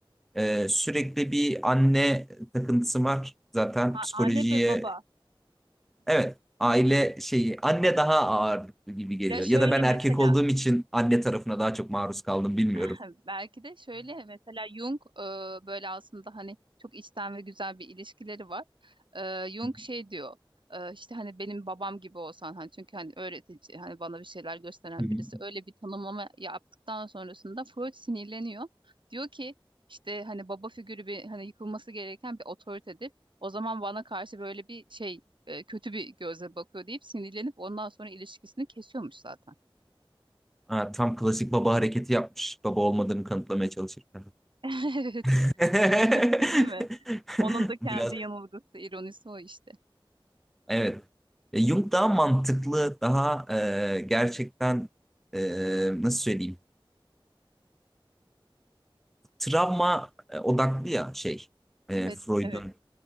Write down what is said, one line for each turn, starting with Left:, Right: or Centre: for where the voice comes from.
Centre: Ee, sürekli bir anne takıntısı var. Zaten
Right: A-
Centre: psikolojiye
Right: anne ve baba.
Centre: evet aile şeyi anne daha ağırlıklı gibi geliyor.
Right: Ya şöyle
Centre: Ya da ben
Right: mesela
Centre: erkek olduğum için anne tarafına daha çok maruz kaldım bilmiyorum.
Right: <laughs> belki de şöyle mesela Jung e, böyle aslında hani çok içten ve güzel bir ilişkileri var. E, Jung
Centre: <laughs>
Right: şey diyor e, işte hani benim babam gibi olsan hani çünkü hani öğretici hani bana bir şeyler gösteren
Centre: Hı hı.
Right: birisi öyle bir tanımlama yaptıktan sonrasında Freud sinirleniyor. Diyor ki işte hani baba figürü bir hani yıkılması gereken bir otoritedir. O zaman bana karşı böyle bir şey e, kötü bir gözle bakıyor deyip sinirlenip ondan sonra ilişkisini kesiyormuş zaten.
Centre: Ha, tam klasik baba hareketi yapmış. Baba olmadığını kanıtlamaya çalışırken.
Right: <laughs> Evet.
Centre: <laughs>
Right: <laughs> Değil mi? Onun da kendi
Centre: Biraz
Right: yanılgısı, ironisi o işte.
Centre: evet. E, Jung daha mantıklı, daha e, gerçekten e, nasıl söyleyeyim? Travma e, odaklı ya şey. E,
Right: Evet,
Centre: Freud'un
Right: evet,